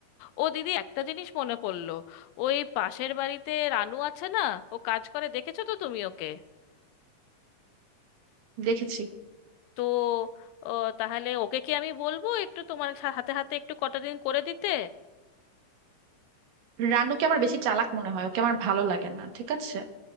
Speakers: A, on the left; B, on the right.
A: ও দিদি একটা জিনিস মনে পড়লো ওই পাশের বাড়িতে রানু আছে না ও কাজ করে দেখেছো তো তুমি ওকে
B: দেখেছি
A: তো ও, তাহলে ওকে কি আমি বলবো একটু তোমার সা- হাতে হাতে একটু কটা দিন করে দিতে
B: রানুকে আমার বেশি চালাক মনে হয় ওকে আমার ভালো লাগে না ঠিক আছে